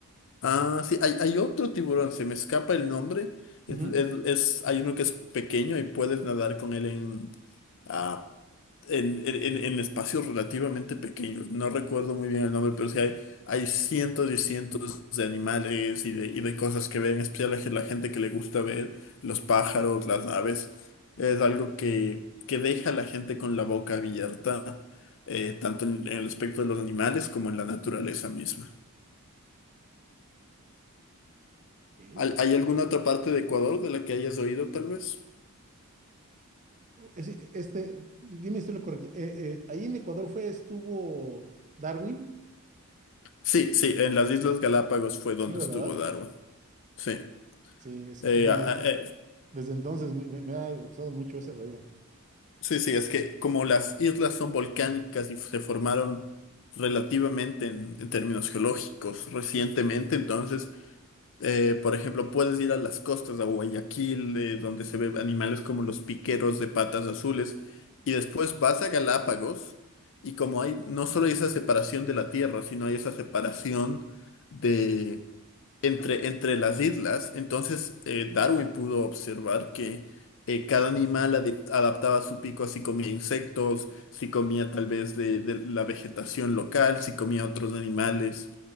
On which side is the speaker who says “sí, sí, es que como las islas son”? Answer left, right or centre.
Left